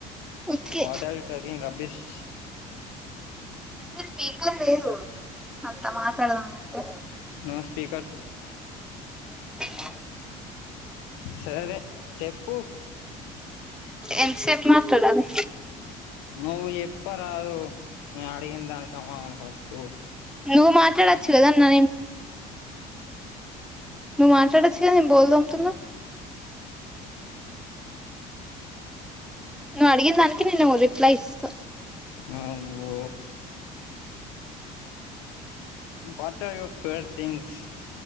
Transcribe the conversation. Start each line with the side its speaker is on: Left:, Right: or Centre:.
Centre: okay
Left: what are you talking rubbish
Centre: speaker లేదు అంత మాట్లాడదాం అంటే
Left: నో స్పీకర్స్
Centre: <inaudible>
Left: సరే చెప్పు
Centre: ఎంతసేపు మాట్లాడాలి
Left: నువ్వు చెప్పరాదు నేను అడిగిన దానికి సమాదానం ఫస్ట్
Centre: నువ్వు మాట్లాడొచ్చు కదా అన్నా నువ్వు మాట్లాడచ్చ కదా నేను బోలు తోముతున్నా నువ్వు అడిగిన దానికి నేను రిప్లై ఇస్త
Left: హ్ అవ్వో what are your favourite things